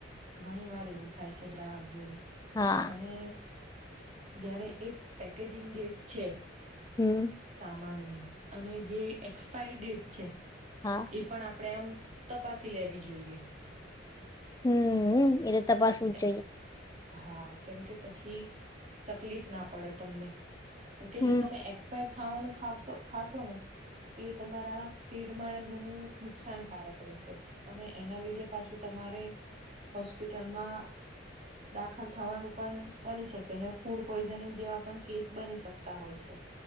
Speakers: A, on the right (about 35°); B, on the left (about 20°).
A: ઘણી વાર એવું થાય છે ગ્રાહક જોડે.
B: હા.
A: અને જ્યારે એ પેકેજિંગ ડેટ છે
B: હમ.
A: સામાનની અને જે એક્સપાયર ડેટ છે.
B: હા
A: એ પણ આપણે આમ તપાસી લેવી જોઈએ.
B: હમ એ તો તપાસવું
A: કેમ
B: જ જોઈએ.
A: હા કેમ કે પછી તકલીફ ના પડે તમને. કેમકે
B: હમ
A: જો તમે એક્સપાયર્ડ ખાવાનું ખોવસો ખાશોને તો એ તમારા પેટમાં ઘણું નુકસાનકારક રહેશે. અને એના લીધે પાછું તમારે હોસ્પિટલમાં દાખલ થવાનું પણ બની શકે. ને ફૂડ પોઈઝનિંગ જેવા પણ કેસ બની શકતા હોય છે.